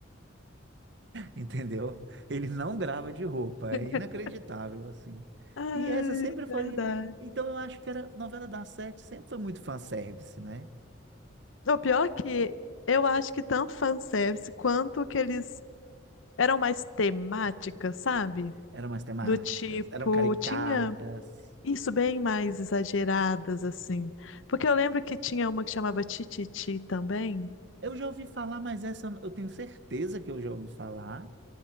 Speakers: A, on the right; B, on the left.
A: entendeu? Ele não grava de roupa,
B: <laughs>
A: é inacreditável, assim.
B: Ai,
A: E essa sempre
B: é
A: foi.
B: verdade.
A: Então eu acho que era novela das sete, sempre foi muito fanservice, né?
B: O pior é que eu acho que tanto fanservice quanto que eles eram mais temáticas, sabe?
A: Eram umas temáticas,
B: Do tipo,
A: eram caricatas.
B: tinha isso bem mais exageradas, assim. Porque eu lembro que tinha uma que chamava Tititi também,
A: Eu já ouvi falar, mas essa eu eu tenho certeza que eu já ouvi falar,